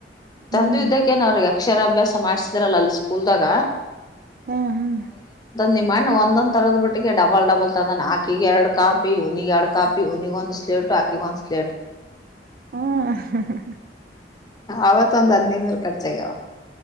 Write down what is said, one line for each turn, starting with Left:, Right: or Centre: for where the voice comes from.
Right: ಹ್ಮ್ ಹ್ಮ್
Left: ತಂದು ಇದ್ದಕ್ಕೇನ್ ಅವ್ರಿಗೆ ಅಕ್ಷರ ಅಭ್ಯಾಸ ಮಾಡ್ಸಿದ್ರಲ್ಲ ಅಲ್ ಸ್ಕೂಲ್ದಾಗ
Right: ಹ್ಮ್ ಹ್ಮ್
Left: ನಿಮಣ್ಣ ಒಂದೊಂದ್ ತರದ ಬಿಟ್ಟಿಗೆ ಡಬಲ್ ಡಬಲ್ ತಂದೆ ಆಕಿಗ್ ಎರಡ್ ಕಾಪಿನಿಗೆ ಎರಡ್ ಕಾಪಿ ಯುನಿಗ್ ಒಂದ್ ಸ್ಲಟ್ಟು ಅಕಿಗೆ ಒಂದ್ ಸ್ಲಟು
Right: ಹುಂ ಹಾ ಹಾ
Left: ಅವತ್ ಒಂದ್ ಹದ್ನೈನೂರು ಖರ್ಚಾಗಾವ